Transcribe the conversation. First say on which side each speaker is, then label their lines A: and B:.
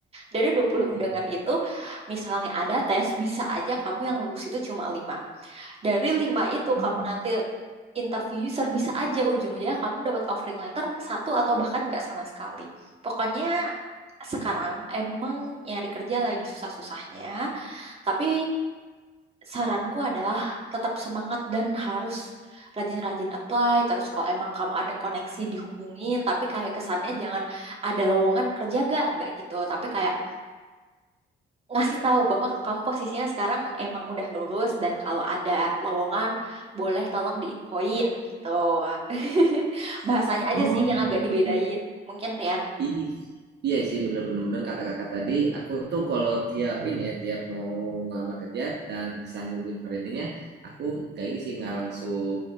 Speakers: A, on the right (about 30°); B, on the right (about 60°).
A: Dari dua puluh
B: Mm.
A: undangan itu misalnya ada tes bisa aja kamu yang lulus itu cuma 5. Dari lima itu
B: Hmm.
A: kamu nanti interview user bisa aja ujung-ujungnya kamu dapat offering letter satu atau bahkan nggak sama sekali. Pokoknya sekarang emang nyari kerja lagi susah-susahnya, tapi saranku adalah tetap semangat dan harus rajin-rajin apply. Terus kalau emang kamu ada koneksi dihubungin, tapi kayak kesannya jangan ada lowongan kerja gak? Nggak gitu. Tapi kayak ngasih tahu bahwa kamu posisinya sekarang emang udah lulus dan kalau ada lowongan boleh tolong diinfoin gitu. <laughs> Bahasanya aja
B: Oh.
A: sih yang agak dibedain. Mungkin Rian.
B: Ih, iya sih bener-bener kata kakak tadi, aku tuh kalau tiap ini ya, tiap mau ngelamar kerja dan bisa ngubungin creditnya, aku nggak ini sih nggak langsung,